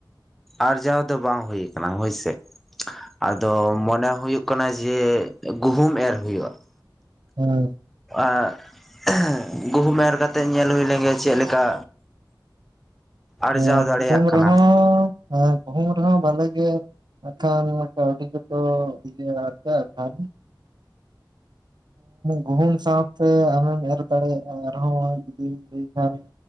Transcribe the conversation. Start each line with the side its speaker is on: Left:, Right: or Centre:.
Centre: ᱟᱨᱡᱟᱣ ᱫᱚ ᱵᱟᱝ ᱦᱩᱭ ᱠᱟᱱᱟ ᱦᱳᱭ ᱥᱮ ᱾ ᱟᱫᱚ ᱢᱚᱱᱮ ᱦᱩᱭᱩᱜ ᱠᱟᱱᱟ ᱡᱮ ᱜᱩᱦᱩᱢ ᱮᱨ ᱦᱩᱭᱩᱜᱼᱟ ᱾
Right: ᱦᱮᱸ
Centre: ᱟᱨ <unintelligible> ᱦᱮᱸ ᱜᱩᱦᱩᱢ ᱮᱨ ᱠᱟᱛᱮ ᱧᱮᱞ ᱦᱩᱭ ᱞᱮᱱ ᱜᱮ ᱪᱮᱫ ᱞᱮᱠᱟ? ᱟᱨᱡᱟᱣ
Right: ᱦᱮᱸ
Centre: ᱫᱟᱲᱮᱭᱟᱜ
Right: ᱜᱩᱦᱩᱢ
Centre: ᱠᱟᱱᱟ
Right: ᱨᱮᱦᱚᱸ ᱜᱩᱦᱩᱢ ᱨᱮᱦᱚᱸ ᱵᱷᱟᱞᱮ ᱜᱮ᱾ ᱟᱠᱷᱟᱱ ᱢᱟ ᱠᱟᱹᱣᱰᱤ <unintelligible> ᱠᱟᱣᱲᱤ ᱜᱮ ᱛᱚ ᱢᱮᱱᱟᱜ ᱛᱚ ᱟᱠᱷᱟᱱ ᱜᱩᱦᱩᱢ ᱥᱟᱶᱛᱮ ᱟᱢᱮᱢ ᱮᱨ ᱫᱟᱲᱮᱭᱟᱜᱼᱟ ᱟᱨᱦᱚᱸ ᱡᱩᱫᱤᱢ ᱞᱟᱹᱭ ᱠᱷᱟᱱ᱾